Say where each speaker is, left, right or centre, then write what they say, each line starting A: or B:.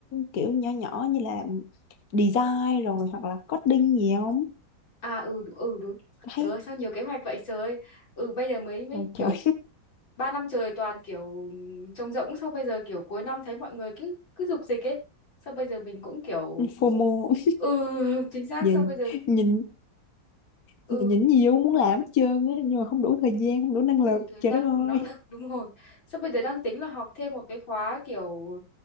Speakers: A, on the left; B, on the left.
A: kiểu nhỏ nhỏ như là design rồi hoặc là coding gì không?
B: à ừ ừ đúng
A: Thấy
B: trời ơi sao nhiều kế hoạch vậy trời ơi ừ bây giờ mới mới
A: trời,
B: kiểu
A: trời
B: ba năm trời toàn kiểu trống rỗng sau bây giờ kiểu cuối năm thấy mọi người cứ cứ dục dịch ấy sao bây giờ mình cũng kiểu
A: <laughs> FOMO
B: ừ <laughs> chính xác
A: về
B: sao bây giờ
A: nhìn
B: ừ
A: giờ nhìn nhiều muốn làm hết trơn á nhưng mà không đủ thời gian không đủ năng
B: không
A: lực
B: đủ thời
A: trời
B: gian
A: đất
B: không
A: ơi
B: đủ năng lực đúng rồi sao bây giờ đang tính là học thêm một cái khóa kiểu